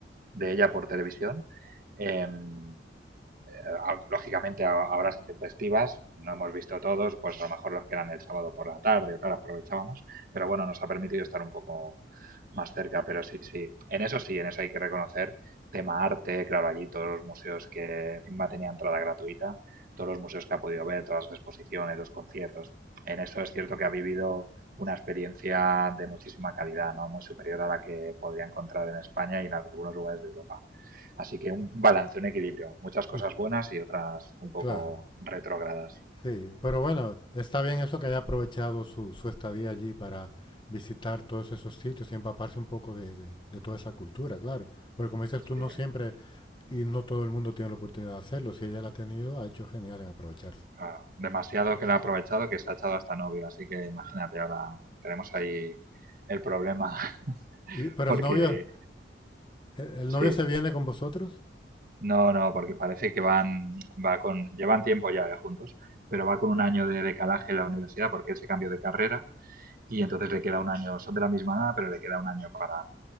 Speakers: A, on the right; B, on the left.
A: de ella por televisión Em, Eh, lógicamente a, a horas intempestivas, no hemos visto todos, pues a lo mejor los que eran el sábado por la tarde o tal, aprovechábamos, pero bueno, nos ha permitido estar un poco más cerca, pero sí, sí, en eso sí, en eso hay que reconocer tema arte, claro, allí todos los museos que encima tenía entrada gratuita, todos los museos que ha podido ver, todas las exposiciones, los conciertos, en eso es cierto que ha vivido una experiencia de muchísima calidad, ¿no? Muy superior a la que podría encontrar en España y en algunos lugares de Europa. Así que un balance, un equilibrio. Muchas cosas
B: Es-
A: buenas y otras un poco
B: claro.
A: retrogradas.
B: Sí, pero bueno, está bien eso que haya aprovechado su, su estadía allí para visitar todos esos sitios y empaparse un poco de, de- de toda esa cultura, claro. Porque como dices
A: Sí,
B: tú, no siempre y no todo el mundo tiene la oportunidad de hacerlo. Si ella la ha tenido, ha hecho genial en aprovecharse.
A: claro. Demasiado que le ha aprovechado que se ha echado hasta novio. Así que imagínate, ahora tenemos ahí el problema. <laughs>
B: Y, pero
A: Porque
B: el novio, el, el
A: sí,
B: novio se viene con vosotros?
A: no, no, porque parece que van, va con, llevan tiempo ya eh, juntos, pero va con un año de decalaje en la universidad porque él se cambió de carrera y entonces le queda un año, son de la misma edad, pero le queda un año para,